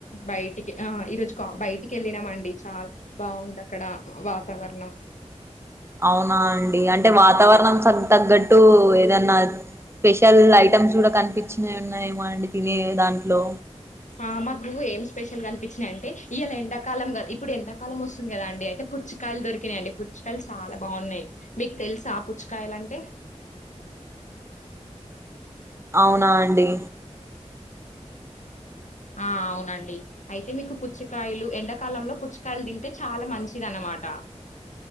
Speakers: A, on the left (about 90°); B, on the right (about 20°).
A: బయటికి ఆ ఈరోజు బయటికి వెళ్ళినామ అండి చాలా బాగుంది అక్కడ వాతావరణం
B: అవునా అండి అంటే వాతావరణం తగ్గట్టు అటు ఏదన్నా స్పెషల్ ఐటమ్స్ కూడా కనిపించినవి ఉన్నాయేమో అండి తినే దాంట్లో
A: ఆ మాకు ఏం స్పెషల్గా అనిపించినాయి అంటే ఇవాళ ఎండాకాలం కా ఇప్పుడు ఎండాకాలం వస్తుంది కదా అండి అయితే పుచ్చికాయలు దొరికినాయిండి పుచ్చకాయలు చాలా బాగున్నాయి మీకు తెలుసా ఆ పుచ్చకాయలు అంటే
B: అవునా అండి
A: ఆ అవునండి అయితే మీకు కుర్చి కాయలు ఎండకాలంలో పచ్చ లు తింటే చాలా మంచిది అన్నమాట